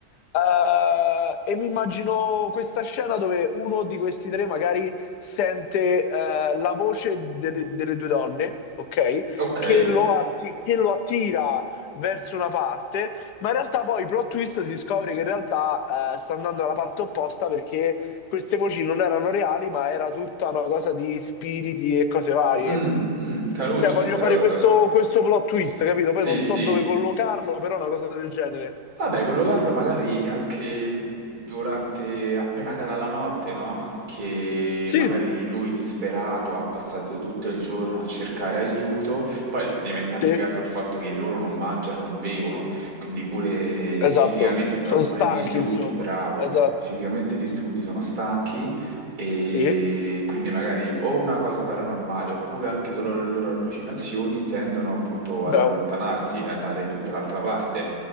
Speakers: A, on the left; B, on the right.
A: Eh, e mi immagino questa scena dove uno di questi tre magari sente eh, la voce delle, delle due donne, ok?
B: ok.
A: Che lo, atti- che lo attira verso una parte, ma in realtà poi plot twist si scopre che in realtà eh, sta andando alla parte opposta perché queste voci non erano reali, ma era tutta una cosa di spiriti e cose varie.
B: Mm, mm, caruccia
A: Cioè, voglio
B: sta
A: fare
B: cosa.
A: questo, questo plot twist, capito? Poi
B: Sì,
A: non
B: sì,
A: so dove collocarlo, però una cosa del genere.
B: Vabbè, collocarlo magari anche durante, appena cala la notte, no? Che
A: Sì,
B: magari lui disperato ha passato tutto il giorno a cercare aiuto. Poi devi mettere anche
A: sì,
B: caso il fatto che loro non mangiano, non bevono, quindi pure
A: esatto.
B: fisicamente saranno
A: Sono
B: pure
A: stanchi,
B: distrutti,
A: insomma.
B: bravo,
A: Esatto.
B: fisicamente distrutti, sono stanchi. E
A: Sì,
B: quindi magari o una cosa paranormale oppure anche solo le loro allucinazioni tendono appunto
A: bravo,
B: ad allontanarsi e andare tutta un'altra parte.